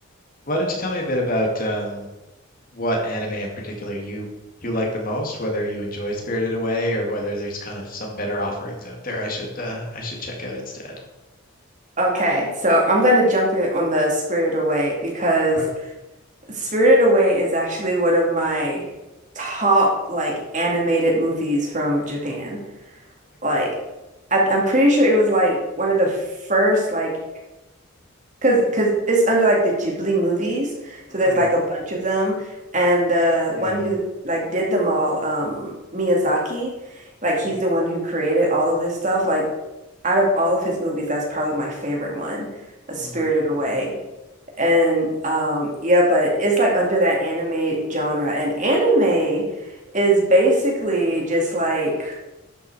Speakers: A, on the left; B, on the right.
A: why don't you tell me a bit about um, what anime in particular you you like the most, whether you enjoy Spirited Away or whether there's kind of some better offerings out there I should uh, I should check out instead.
B: Okay. So I'm going to jump in on the Spirited Away because
A: Oh,
B: Spirited Away is actually one of my top like animated movies from Japan.
A: Okay.
B: Like I I'm pretty sure it was like one of the first like Cause, cause it's under like the Ghibli movies,
A: Mhm.
B: so there's like a bunch of them, and the
A: Yeah.
B: one who like did them all, um, Miyazaki, like
A: hmm
B: he's the one who created all of this stuff. Like, out of all of his movies, that's probably my favorite one, A Spirited
A: Mm.
B: Away, and um, yeah, but it's like under that anime genre, and anime is basically just like